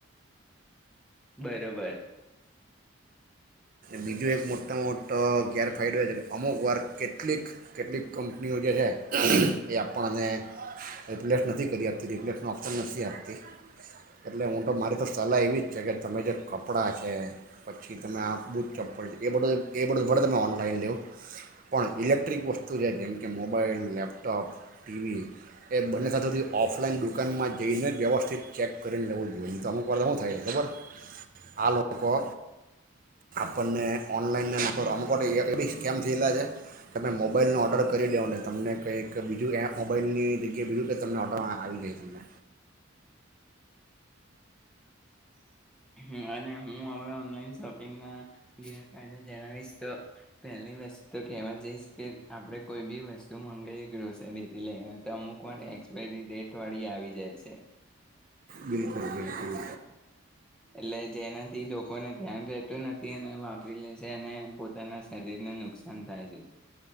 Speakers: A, in the centre; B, on the right (about 40°).
A: બરોબર.
B: બીજું એક મોટામાં મોટો ગેરફાયદો એ છે કે અમુક વાર કેટલીક કેટલીક કંપનીઓ જે છે એ આપણને રિપ્લેસ નથી કરી આપતી રિપ્લેસનો ઓપ્શન નથી આપતી એટલે હું તો મારી તો સલાહ એવી જ છે કે તમે જે કપડાં છે પછી તમે આ બૂટ ચપ્પલ છે એ બધું એ બધું ભલે તમે ઓનલાઈન લેવ પણ ઇલેક્ટ્રિક વસ્તુ છે જેમ કે મોબાઈલ લેપટોપ ટીવી એ બંને સાથોથી ઓફલાઈન દુકાનમાં જઈને જ વ્યવસ્થિત ચેક કરી તેને લેવું જોઈએ તો અમુક વાર હું થાય ખબર આ લોકો આપણને ઓનલાઈનના નામ પર અમુક વાર એ બી સ્કેમ થયેલા છે કે તમે મોબાઈલનો ઓર્ડર કરી દેવોને તમને કંઈક બીજું એ મોબાઈલની જગ્યાએ બીજું કે તમને ઓર્ડરમાં આવી જાય તમને.
A: હમ અને હું હવે ઓનલાઈન શોપિંગના ગેરફાયદા જણાવીશ તો પહેલી વસ્તુ કેવા જઈશ કે આપણેે કોઈ બી વસ્તુ મંગાઈ ગ્રોસરીથી લઈ તો અમુક વાર એક્સપાયરી ડેટ વાળી આવી જાય છે. હ <inaudible>
B: બિલકુલ બિલકુલ.
A: એટલે જેનાથી લોકોને ધ્યાન રેહતું નથી. વાપરી લે છે અને પોતાના શરીરને નુકસાન થાય છે.